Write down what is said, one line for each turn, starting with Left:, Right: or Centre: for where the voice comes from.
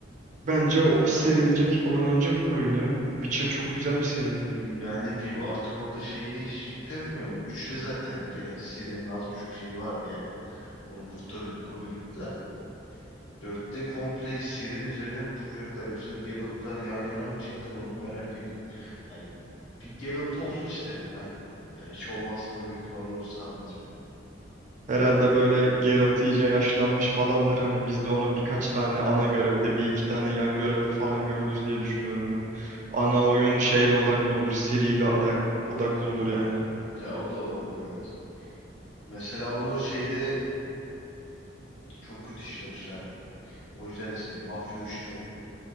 Right: Bence o sevilecek, oynanacak bir oyun ya. Witcher çok güzel bir seri.
Left: Yani bir artık orada şey ne işleyecekler bilmiyorum. ya. Üçte zaten gene Siri'nin az buçuk şeyi vardı yani. Onu kurtarıyorduk, koruyorduk da. Dörtte komple Ciri'nin üzerine mi kuracaklar yoksa Geralt'lar yan yana mı çıktılar onu merak ediyorum. Yani bir Geralt olsun isterim ayrı bir konu. Yani hiç olmazsa da büyük ihtimalle oyun sarmaz beni.
Right: Herhalde böyle Geralt iyice yaşlanmış falandır. Hani biz de onu birkaç tane ana görevde, bir iki tane yan görevde falan görürüz diye düşünüyorum ben. Ana oyun şeyle odaklı olur, Ciri'yle odak, odaklı olur yani.
Left: Ya, ya o da olabilir evet. Mesela onu şeyde çok kötü işlemişlerdi. O yüzden ise Mafya 3'te.